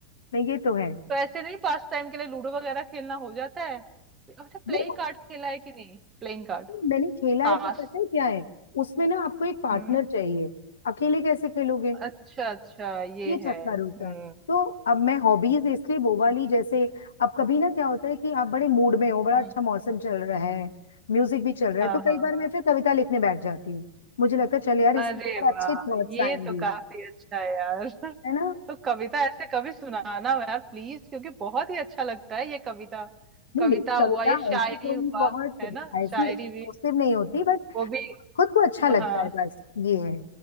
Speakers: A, on the left; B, on the right.
A: नहीं ये तो है
B: तो ऐसे नहीं पास टाइम के लिए लूडो वगैरह खेलना हो जाता है अच्छा प्लेइंग
A: वो
B: कार्ड खेला है कि नहीं प्लेइंग कार्ड
A: मैंने खेला है
B: ताश
A: पर पता है क्या है उसमें ना आपको एक पार्टनर
B: हम्म।
A: चाहिए अकेले कैसे खेलोगे
B: अच्छा अच्छा ये
A: ये
B: है
A: चक्कर
B: हम्म
A: होता है तो अब मैं हॉबीज इसलिए वो वाली जैसे अब कभी ना क्या होता है कि आप बड़े मूड में हो बड़ा
B: हम्म,
A: अच्छा मौसम चल रहा है म्यूजिक भी चल रहा
B: हाँ
A: है तो
B: हाँ
A: कई बार
B: हाँ
A: मैं फिर कविता लिखने बैठ जाती हूँ मुझे लगता है चल यार इसमें
B: अरे
A: पर
B: वाह
A: अच्छे थॉट्स
B: ये
A: आएंगे
B: तो काफी अच्छा है यार <laughs>
A: है ना
B: तो कविता ऐसे कभी सुनाना यार प्लीज क्योंकि बहुत ही अच्छा लगता है ये कविता
A: नहीं
B: कविता
A: मेरी
B: हुआ
A: कविता
B: ये शायरी
A: ऐसी कोई
B: हुआ
A: बहुत
B: है ना
A: ऐसी
B: शायरी
A: एक्सप्लोसिव
B: भी
A: नहीं होती बट
B: वो भी
A: खुद को अच्छा लगता
B: हाँ
A: है बस ये है